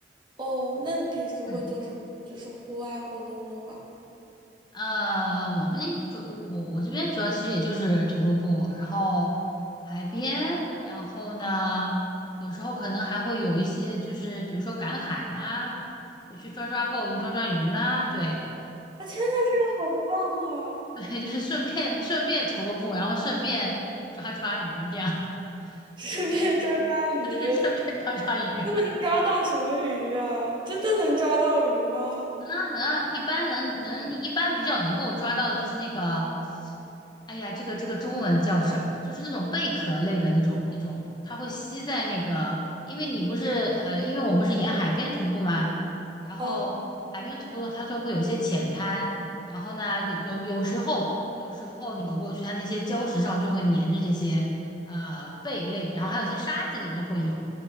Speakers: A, on the right; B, on the left.
A: 哦，那你平时会做什么？
B: 嗯。
A: 就是户外活动的话，
B: 呃，我们主我我我这边主要其实也就是徒徒步，然后海边，然后呢，有时候可能还会有一些就是比如说赶海啦，就去抓抓鲍鱼、抓抓鱼啦，对
A: 啊，天呐，这个好棒啊！
B: <laughs> 对，就是顺便顺便徒个步，然后顺便抓抓鱼，这样
A: <laughs> 顺便抓抓鱼，
B: 就是 <laughs> 顺便抓抓鱼。
A: 都能抓到什么鱼啊？真的能抓到鱼吗？
B: 能啊能啊，一般能能一般比较能够抓到的就是那个，哎呀，这个这个中文叫什么？就是那种贝壳类的那种那种，它会吸在那个，因为你不是呃，因为我们不是沿海边徒步嘛，然后海边徒步的话它就会有一些浅滩，
A: 啊，
B: 然后呢，有有有时候有时候你走过去，它那些礁石上就会粘着这些呃贝类，然后还有一些沙子里面会有。